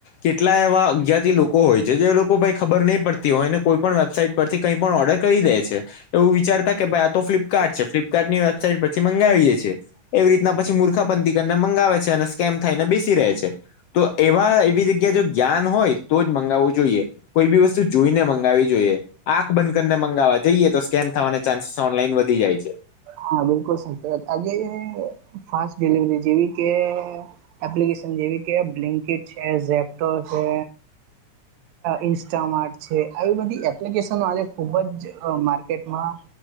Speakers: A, on the left; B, on the right.
A: કેટલા એવા અગ્ઞથી લોકો હોય છે જે લોકો ભ ખબર નહી પડતી હોય ને કોઈ પણ વેબસાાઈટ પરથી કઈ પણ ઓર્ડર કરી દે છે. એવું વિચારતા કે ભાઈ આ તો ફ્લિપકાર્ટ છે ફ્લિપકાર્ટની વેબસાાઈટ પછી મંગાવીએ છીએ. એવી રીતના પછી મૂર્ખાપંથીકને મંગાવે છે અને સ્કેમ થાયને બેસી રહે છે. તો એવા એવી જગ્યા જો જ્ઞાન હોય તો જ મંગાવવું જોઈએ. કોઈ બી વસ્તુ જોઈને મંગાવી જોઈએ. આંખ બંધ કરીને મગાવવા જઈએ તો સ્કેમ થવાને ચાન્સ ઓનલાઈન વધી જાય છે.
B: હા બિલકુલ સાચી વાત આજે ફાસ્ટ ડિલિવરી જેવી કે એપ્લિકેશન જેવી કે બ્લિંકિટ છે જેપ્ટો છે. ઈન્સ્ટામાર્ટ છે આવી બધી એપ્લિકેશનો આજે ખૂબ જ માર્કેટમાં